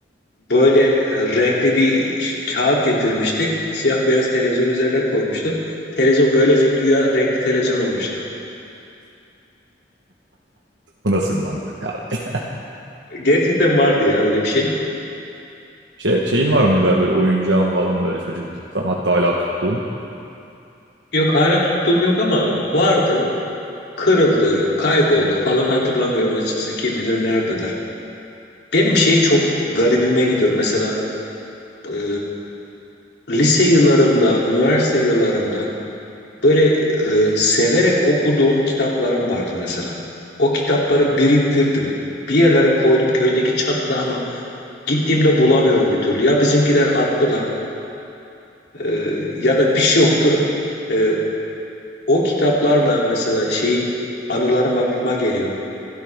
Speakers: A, on the left; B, on the right.
A: Böyle e, renkli bir ş- kağıt getirmişti. Siyah beyaz televizyon üzerine koymuştu. Televizyon böylece güya renkli televizyon olmuştu.
B: Bu nasıl bir mantık abi?
A: Gerçekten vardı ya öyle bir şey.
B: Şey, şeyin var mıydı abi böyle oyuncağın falan böyle çocukluktan hatta hala tuttuğun?
A: Yok hala tuttuğum yok ama vardı. Kırıldı, kayboldu falan hatırlamıyorum açıkçası. Kim bilir nerededir. Benim şey çok garibime gidiyor. Mesela e, lise yıllarımda, üniversite yıllarımda Böyle e, severek okuduğum kitaplarım vardı mesela. O kitapları biriktirdim. Bir yerlere koydum köydeki çatıda ama gittiğimde bulamıyorum bir türlü. Ya bizimkiler attılar e, ya da bir şey oldu. E, o kitaplarla mesela şeyim anılarım aklıma geliyor.